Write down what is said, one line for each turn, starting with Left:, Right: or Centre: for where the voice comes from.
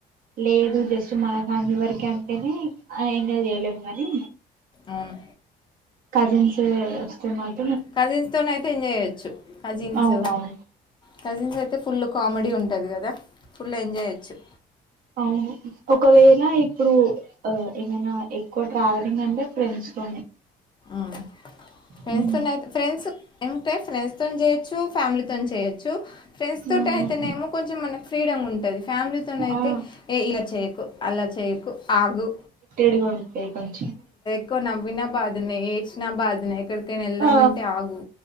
Right: లేదు జస్ట్ మన ఫ్యామిలీ వరకు అంటేనే ఎంజాయ్ చేయలేము గని
Left: అవును
Right: కజిన్స్ వస్తు <unintelligible>
Left: కజిన్స్ తోని అయితే ఎంజాయ్ చేయొచ్చు కజిన్స్
Right: అవునవును
Left: కజిన్స్ అయితే ఫుల్ కామెడీ ఉంటది కదా ఫుల్ ఎంజాయ్ చేయోచ్చు
Right: అవును ఒకవేళ ఇప్పుడు ఏమైన ఎక్కువ ట్రావెలింగ్ అంటే ఫ్రెండ్స్ <unintelligible>
Left: మ్మ్ ఫ్రెండ్స్
Right: హ్మ్.
Left: తో ఫ్రెండ్స్ అంటే ఫ్రెండ్స్ తోను చేయొచ్చు ఫ్యామిలీతో చేయొచ్చు ఫ్రెండ్స్
Right: హ్మ్.
Left: తోటి అయితేనేమో కొంచెం మనకు ఫ్రీడమ్ ఉంటది ఫ్యామిలీ తో అయితే
Right: ఆ
Left: ఇలా చేయ్యకు అలా చెయ్యకు ఆగు
Right: <unintelligible> కొంచం
Left: <unintelligible> నవ్విన బాధనే ఏడ్చిన బాధనే ఎడికైనా వెళ్దామంటే
Right: ఆ
Left: ఆగు